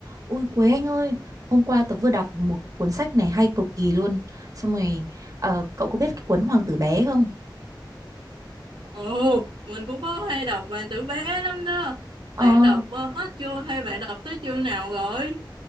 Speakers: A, on the right; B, on the right.
A: Ui Quế anh ơi, hôm qua tớ vừa đọc một cuốn sách này hay cực kỳ luôn. Xong rồi, ờ, cậu có biết cái cuốn Hoàng tử bé không?
B: Ồ, mình cũng có hay đọc bạn tử bé lắm đó.
A: Ờ,
B: Bạn đọc ờ, hết chưa hay bạn đọc tới chương nào rồi?